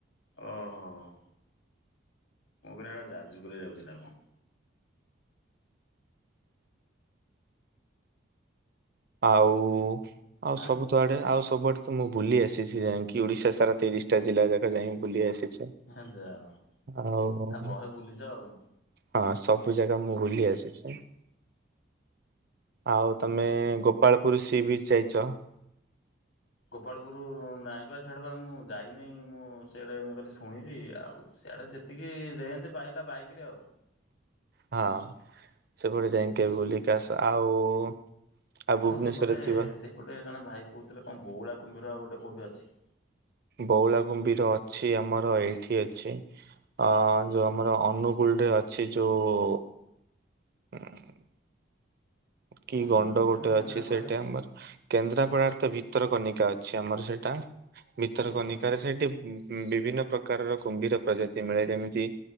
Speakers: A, on the left (about 75°); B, on the right (about 55°).
A: ଓହୋ। ମୁଁ କହିଲି ହେରା ଯାଜପୁରରେ ଯାଉଛି ନା କଣ।
B: ଆଉ ଆଉ
A: ଆଁ
B: ସବୁ ଆଡେ ଆଉ ସବୁଆଡେ ମୁଁ ବୁଲି ଆସିଛି ଯାଇଙ୍କି ଓଡ଼ିଶା ସାରା ତିରିଶଟା ଜିଲ୍ଲା ଯାକ ଯାଇଙ୍କି ବୁଲି ଆସିଛି।
A: ହେ ଯାହାହଉ,
B: ଆଉ
A: ଆ ବହେ ବୁଲିଛ ଆଉ।
B: ହଁ ସବୁ ଜାଗା ମୁଁ ବୁଲି ଆସିଛି। ଆଉ ତମେ ଗୋପାଳପୁର ସି ବିଚ୍ ଯାଇଛ?
A: ଗୋପାଳପୁର ନାଇଁବା ସେଆଡ଼େ ବା ମୁଁ ଯାଇନି ମୁଁ ସେଆଡେ ମୁଁ କାଲି ଶୁଣିଚି ଆଉ ସେଆଡେ ଯେ ଟିକେ ରେଞ୍ଜ ପାଇଲା ବାଇକ ରେ ଆଉ। ଟି
B: ହଁ ସେପଟେ
A: ଆଉ
B: ଯାଇକି କେବେ ବୁଲିକି ଆସ ଆଉ ଆଉ
A: ତମ
B: ଭୁବନେଶ୍ଵରରେ
A: ସେପଟେ
B: ଥିବା
A: ସେଇପଟେ ଜଣେ ଭାଇ କହୁଥିଲେ କଣ ବଉଳା କୁମ୍ଭୀର ଆଉ ଗୋଟେ କୋଉଠି ଅଛି?
B: ବଉଳା କୁମ୍ଭୀର ଅଛି ଆମର ଏଇଠି ଅଛି। ଅ ଯୋଉ ଆମର ଅନୁଗୁଳ ରେ ଅଛି ଯୋଉ ହଁ। କି
A: ଅନୁଗୁଳରେ
B: ଗଣ୍ଡ ଗୋଟେ
A: ନା କେନ୍ଦ୍ରାପଡାରେ
B: ଅଛି ସେଇଟା ଆମର କେନ୍ଦ୍ରାପଡାରେ ତ ଭିତରକନିକା ଅଛି ଆମର ସେଇଟା। ଭିତରକନିକାରେ
A: ଓହୋ।
B: ସେଇଠି ବି ବିଭିନ୍ନ -- ପ୍ରକାରର କୁମ୍ଭୀର ପ୍ରଜାତି ମିଳେ ଯେମିତି